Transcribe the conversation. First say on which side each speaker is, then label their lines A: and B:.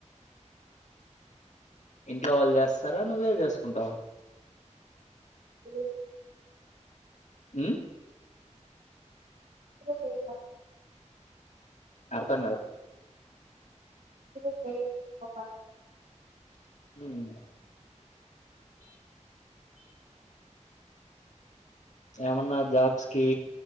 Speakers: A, on the left (about 75°); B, on the right (about 75°).
A: ఇంట్లో వాళ్ళు చేస్తారా నువ్వే చేసుకుంటావా
B: తెలీద్
A: మ్మ్
B: నేను <unintelligible>
A: అర్థం కలే
B: ఎప్పుడు చెయ్యను <unintelligible>
A: మ్మ్ ఏమన్నా జాబ్స్ కి